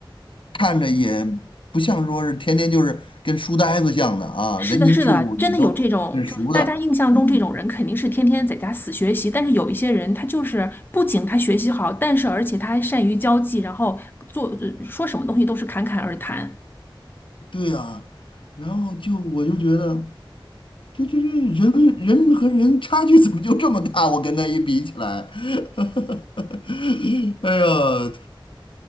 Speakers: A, on the left (about 70°); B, on the left (about 25°).
A: 看着也不像说是天天就是跟书呆子像的啊，
B: 是的，
A: 人情世故也都很熟的。
B: 是的，真的有这种，就是大家印象中这种人肯定是天天在家死学习，
A: 哦，
B: 但是有一些人他就是不仅他学习好，但是而且他还善于交际，然后做呃说什么东西都是侃侃而谈。
A: 对呀，然后就我就觉得这这这人人和人差距怎么就这么大？我跟他一比起来，<laughs> 哎呀，